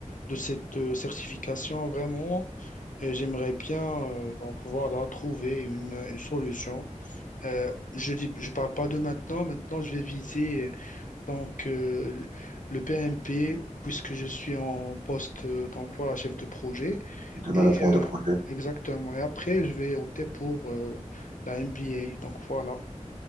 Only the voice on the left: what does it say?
de cette euh, certification, vraiment, euh, j'aimerais bien euh, donc voilà, trouver une, une solution. Euh, je dis, je parle pas de maintenant. Maintenant, je vais viser euh, donc euh, le le PMP puisque je suis en poste euh, donc voilà chef de projet
et euh,
exactement. Et après, je vais opter pour euh, la MBA. Donc voilà.